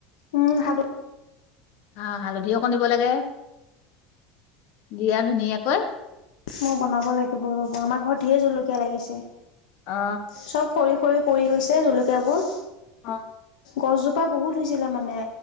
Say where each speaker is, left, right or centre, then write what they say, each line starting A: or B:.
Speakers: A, on the left; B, on the left.
A: উম হাল
B: হা-হালধিওক দিব লাগে। দিয়া ধুনীয়াকৈ
A: মই বনাব লাগিব ৰব আমাৰ ঘৰত ঢেৰ জলকীয়া লাগিছে।
B: অ
A: চব সৰি পৰি গৈছে জলকীয় বোৰ।
B: অ
A: গছজোপা বহুত হৈছিলে মানে